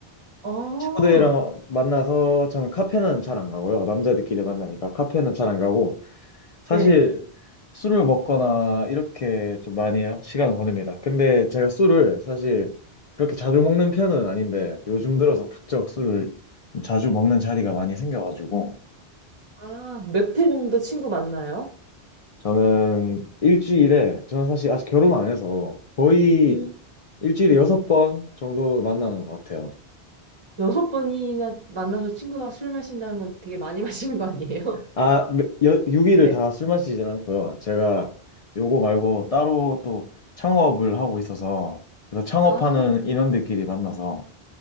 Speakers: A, on the right; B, on the left.
A: 아,
B: 친구들이랑 만나서 저는 카페는 잘 안 가고요. 남자들끼리 만나니까 카페는 잘 안 가고 사실
A: 네.
B: 술을 먹거나 이렇게 좀 많이 시간을 보냅니다. 근데 제가 술을 사실 그렇게 자주 먹는 편은 아닌데 요즘 들어서 부쩍 술을 좀 자주 먹는 자리가 많이 생겨가지고
A: 아, 몇 회 정도 친구 만나요?
B: 저는 일주일에 저는 사실 아직 결혼 안 해서 거의
A: 음.
B: 일주일에
A: 네.
B: 여섯 번 정도 만나는 것 같아요.
A: 여섯 번이나 만나서 친구랑 술 마신다는 건 되게 많이 <laughs> 마시는 거 아니에요?
B: 아, 6일을
A: 네.
B: 다 술 마시진 않고요. 제가 요거 말고 따로 또 창업을 하고 있어서, 그래서 창업하는
A: 아,
B: 인원들끼리 만나서